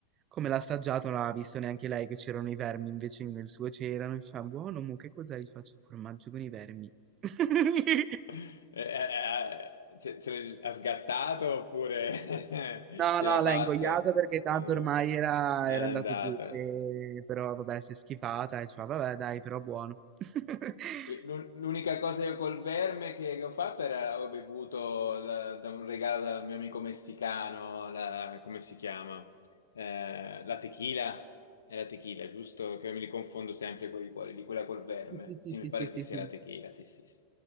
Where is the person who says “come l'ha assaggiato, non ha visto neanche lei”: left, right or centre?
Right